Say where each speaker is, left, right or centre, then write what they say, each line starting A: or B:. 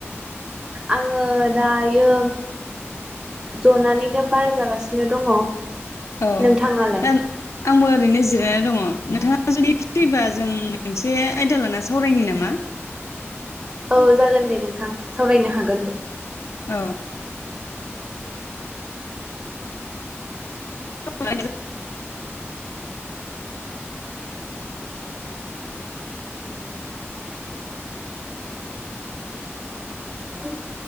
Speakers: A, on the right (about 20°); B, on the left (about 85°).
A: आङो दायो जनानैनो बार जागासिनो दङ
B: औ
A: नोंथाङालाय
B: दा आंबो ओरैनो जिरायनानै दङ नोंथाङा जुदि फ्रिबा जों मोनसे आयदा लाना सावरायनि नामा
A: औ जागोन दे नोंथां सावरायनो हागोन
B: औ औ
A: औ